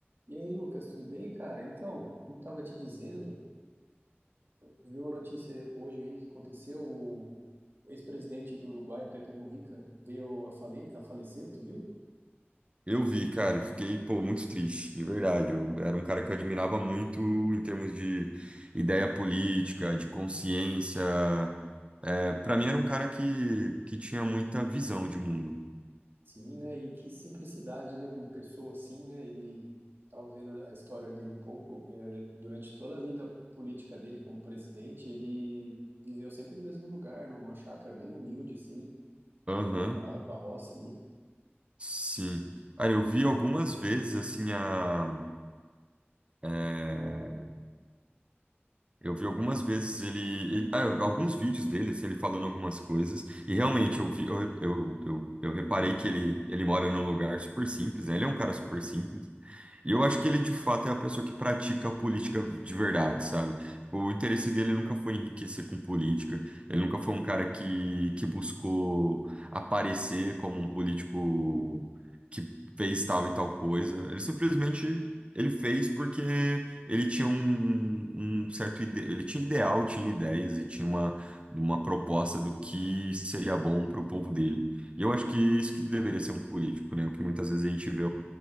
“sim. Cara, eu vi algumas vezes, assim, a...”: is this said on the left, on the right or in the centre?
Right